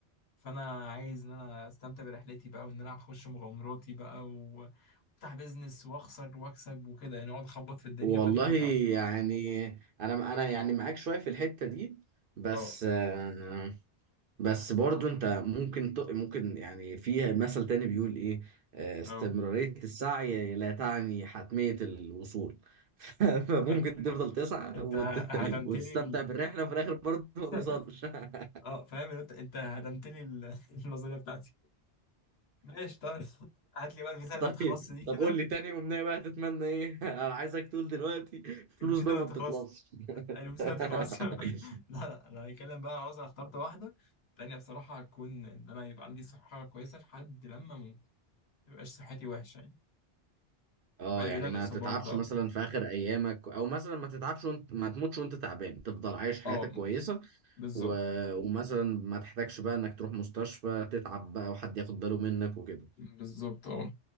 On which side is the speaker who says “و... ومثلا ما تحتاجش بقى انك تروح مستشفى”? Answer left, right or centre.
Right